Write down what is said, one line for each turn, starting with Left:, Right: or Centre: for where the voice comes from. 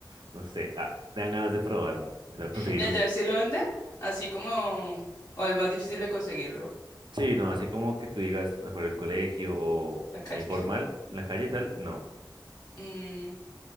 Right: no sé, ah, me dan ganas de probarlo, de conseguir
Left: ¿Y allá
Right: uno.
Left: sí lo venden? Así como, o es más difícil de conseguirlo, en
Right: Sí, no, así como que tú digas afuera del colegio o
Left: la calle.
Right: informal,
Left: <laughs>
Right: en la calle y tal, no.
Left: Mm,